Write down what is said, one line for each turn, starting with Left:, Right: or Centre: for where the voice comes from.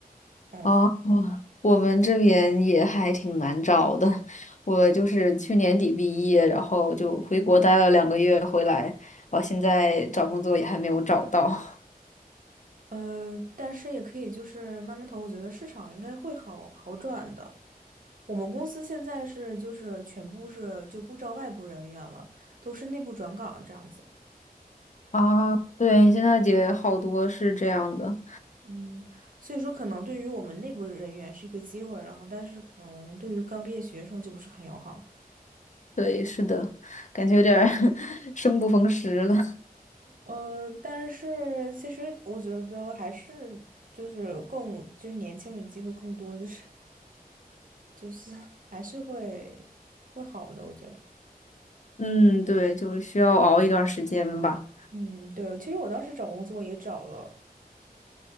Right: 嗯，
Left: 哦，我们这边也还挺难找的。我就是去年底毕业，然后就回国待了两个月，回来，我现在找工作也还没有找到。
Right: 呃，但是也可以就是慢慢投，我觉得市场应该会好好转的。我们公司现在是就是全部是就不招外部人员了，都是内部转岗这样子。
Left: 啊，对，现在也好多是这样的。
Right: 嗯，所以说可能对于我们内部人员是一个机会，然后但是可能对于刚毕业学生就不是很友好。
Left: 对，是的，感觉有点儿 <laughs> 生不逢时了。
Right: 呃，但是其实我觉得还是就是更就是年轻人机会更多，就是就是 <laughs> 还是会会好的，我觉得。
Left: 嗯，对，就需要熬一段时间吧。
Right: 嗯，对，其实我当时找工作也找了。